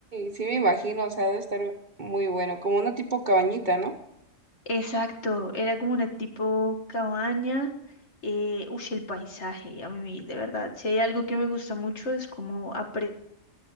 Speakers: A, on the right; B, on the left.
A: sí me imagino, o sea, debe estar muy bueno, como una tipo cabañita, ¿no?
B: Exacto, era como una tipo cabaña. Eh, uy, el paisaje, a mí de verdad, si hay algo que me gusta mucho es como apre-